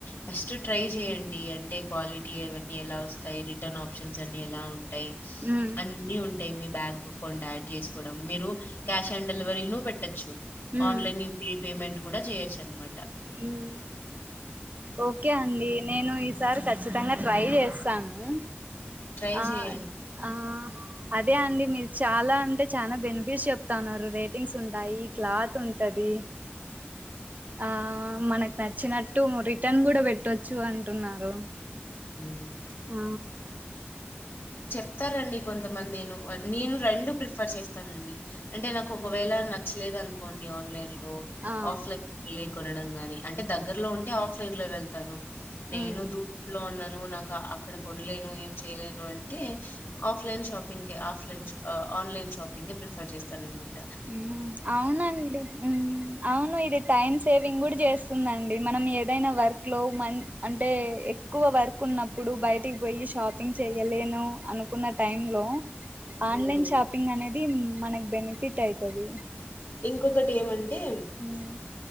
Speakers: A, on the left; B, on the right.
A: ఫస్ట్ ట్రై చేడి అంటేాలి వన్నీ ఎలా వస్తాయి రిటర్న్ ఆప్షన్స్ అన్ని ఎలా ఉ ఉంటాయి
B: ఉమ్
A: అన్నిీ ఉంటాయి మీ బ్యాంక్ అకౌంట్ యాడ్ చేసుకోవడం మీరు క్యాష్ ఆన్ డెలివరీ ను పెట్టొచ్చు
B: ఉమ్
A: న్లాైన్ యూపిఐ పేమెంట్ కూడాడ చేయొచ్చన్నమాట
B: ఉమ్ ఓకే అండి నేను ఈసారి ఖచ్చితంగా ట్రై చేస్తాను
A: ట్రై
B: ఆ
A: చేయండి.
B: ఆ అదే అండి మీరు చాలా అంటే చాలా బెనిఫిట్స్ చెప్తా ఉన్నారు రేటింగ్స్ ఉంటాయి క్లాత్ ఉంటుంది ఆ మనకు నచ్చినట్టు మురి రిటన్ కూడా పెట్టొచ్చు అంటున్నారు
A: హ్మ్.
B: ఆ
A: చెప్తారండి కొంతమంది నే నేను రెండు ప్రిఫర్ చేస్తానండి అంటే నాకు ఒకవేళ నచ్చలేదు అనుకోండి ఆన్లైన్ లో
B: ఆ
A: ఆఫ్లైన్ లో కొనడం గాని అంటే దగ్గరలో ఉంటే ఆఫ్లైన్ లో వెళ్తాను నేను
B: ఉమ్
A: దూ ఉన్నాను నాకు అక్కడ కొనలేను ఏం చేయలేను అంటే ఆఫ్లైన్ షాపింగ్ కె ఆఫ్లైన్ ఆన్లైన్ షాపింగ్ కె ప్రిఫర్ చేస్తానన్నమాట
B: ఉ అవునండి ఉ అవును ఇది టైమ్ సేవ్ పింగ్ కూడా చేస్తుందండి మనం ఏదైనా వర్క్ లో మ అంటే ఎక్కువ వర్క్ ఉన్నప్పుడు బయటికి పోయి షాపింగ్ చెయలేను అనుకున్న టైం లో ఆన్లైన్
A: హ్మ్.
B: షాపింగ్ అనేది మనకి బెనిఫిట్ టే అయితది
A: ఇంకొకటి ఏమన్ ఈ
B: ఉమ్